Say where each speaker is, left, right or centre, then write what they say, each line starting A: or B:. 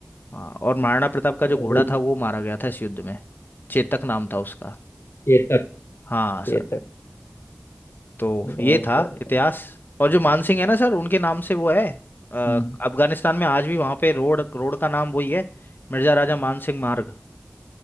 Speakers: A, on the left; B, on the left.
A: हाँ और महाराणा प्रताप का
B: क्या
A: जो घोड़ा
B: हुई?
A: था वो मारा गया था इस युद्ध में चेतक नाम था उसका
B: केतक
A: हाँ
B: केतक
A: सर। तो
B: बहुत
A: ये था
B: बढ़िया
A: इतिहास और जो मानसिंह है ना सर उनके नाम से वो है अ, अफगानिस्तान
B: हम्म
A: में आज भी वहां पे रोड रोड का नाम वही है मिर्जा राजा मानसिंह मार्ग